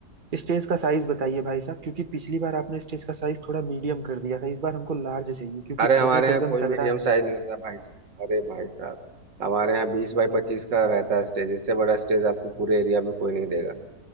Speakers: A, on the right (about 30°); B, on the right (about 80°).
A: स्टेज का साइज बताइए भाई साहब क्योंकि पिछली बार आपने स्टेज का साइज थोड़ा मीडियम कर दिया था इस बार हमको लार्ज चाहिए क्योंकि
B: अरे हमारे
A: बजट
B: यहाँ
A: एकदम
B: कोई
A: तगड़ा
B: मीडियम
A: है हमारा
B: साइज नहीं होता भाई साहब अरे भाई साहब हमारे यहाँ बीस बाई पच्चीस का रहता है स्टेज इससे बड़ा स्टेज आपको पूरे एरिया में कोई नहीं देगा